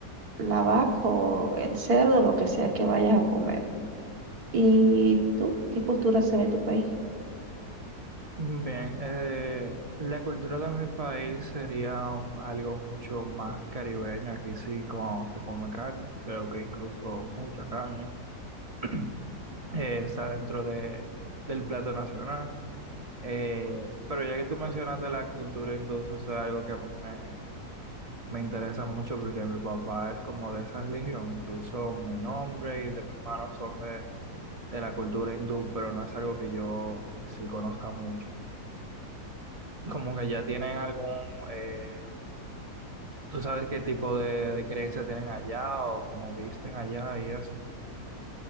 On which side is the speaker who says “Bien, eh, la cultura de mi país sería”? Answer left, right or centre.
Right